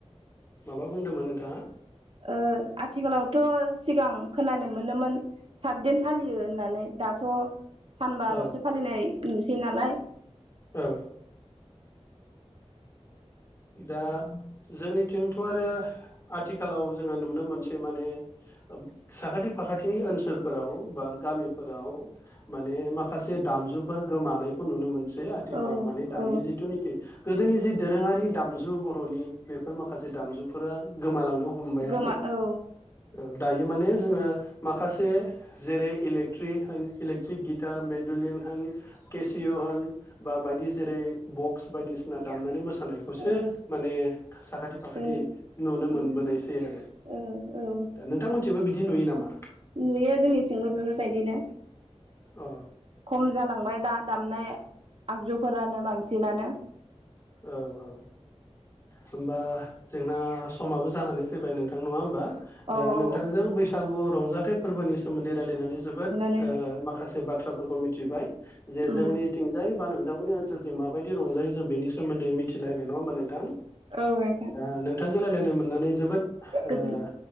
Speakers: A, on the left; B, on the right.
A: माबा बुंदोंमोन नोंथांआ?
B: ओ आथिखालावथ' सिगां खोनानो मोनोमोन साथदिन फालियो होननानै दाथ' सानबाल'सो
A: औ
B: फालिनाय नुसै नालाय
A: औ दा जोंनिथिंथ' आरो आथिखालाव जोङो नुनो मोनसै मानि ओ साखाथि फाखाथिनि ओनसोलफोराव बा गामिफोराव माने माखासे दामजुफोर गोमानायखौ नुनो मोनसै आथिखालाव
B: औ
A: माने दानि
B: औ
A: जिथुनिखि गोदोनि जि दोरोंआरि दामजु बर'नि बेफोर माखासे दामजुफोरा गोमालांनो हमबायानो
B: गोमा औ
A: ओ दायो माने जोङो माखासे जेरै इलेट्रिक होन इलेकट्रिक गिटार मेनुयेल होन केसिअ होन बा बायदि जेरै बक्स बायदिसिना दामनानै मोसानाय खौसो
B: औ
A: माने साखाथि फाखाथि
B: जों
A: नुनो
B: औ
A: मोनबोनायसै आरो
B: औ औ
A: नोंथांमोनिथिंबो बिदि नुयो नामा?
B: नुयो जोंनिथिंबो बेफोरबायदिनो
A: अ
B: खम जालांबाय दा दामनाय आगजुफोरानो बांसिनानो
A: औ औ होमबा जोंना समाबो जानानै फैबाय नोंथां नङा होमबा?
B: औ
A: दा
B: औ
A: नोंथांजों बैसागु रंजाथाइ फोरबोनि सोमोन्दै रायलायनानै जोबोद
B: नुनानै
A: ओ माखासे बाथ्राफोरखौ मिथिबाय जे
B: उम
A: जोंनिथिंजाय बा नोंथांमोननि ओनसोलथिं माबायदि रंजायो जों बेनि सोमोन्दै मिथिलायबाय नङा होमबा नोंथां?
B: औ नोंथां
A: दा नोंथांजों रायलायनो मोननानै जोबोद
B: गोजोन
A: ओं